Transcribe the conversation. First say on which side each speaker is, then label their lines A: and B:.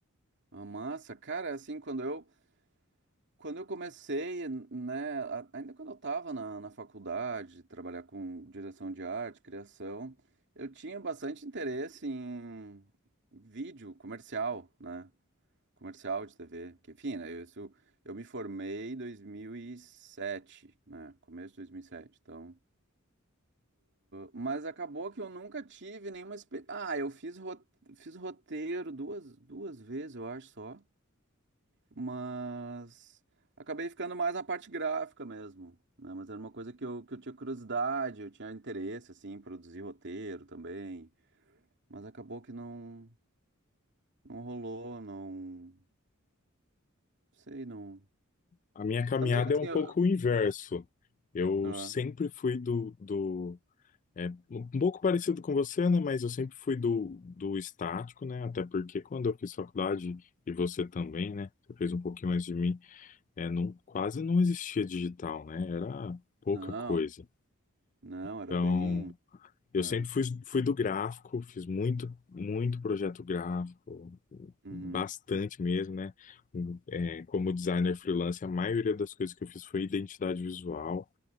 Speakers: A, on the right; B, on the left.
A: A massa, cara, assim, quando eu Quando eu comecei, né, a- ainda quando eu estava na, na faculdade, trabalhar com direção de arte, criação, eu tinha bastante interesse em vídeo comercial, né, comercial de TV, que enfim, né, eu, isso- eu me formei em 2007, né, começo de 2007, então... Mas acabou que eu nunca tive nenhuma experiência... Ah, eu fiz, ro- fiz roteiro duas, duas vezes, eu acho só, mas acabei ficando mais na parte gráfica mesmo, né? Mas era uma coisa que eu, que eu tinha curiosidade, eu tinha interesse, assim, em produzir roteiro também. Mas acabou que não, não rolou, não. Sei, não.
B: A minha caminhada
A: Também, assim,
B: é um pouco
A: eu.
B: o inverso. Eu
A: Ah,
B: sempre fui do, do É um pouco parecido com você, né? Mas eu sempre fui do, do estático, né? Até porque quando eu fiz faculdade, e você também, né? Você fez um pouquinho mais de mim, é, não, quase não existia digital, né? Era pouca
A: não,
B: coisa.
A: não, era
B: Então,
A: bem.
B: eu
A: né?
B: sempre fui, fui do gráfico, fiz muito, muito projeto gráfico,
A: Uhum,
B: bastante mesmo, né? É, como designer freelance, a maioria das coisas que eu fiz foi identidade visual.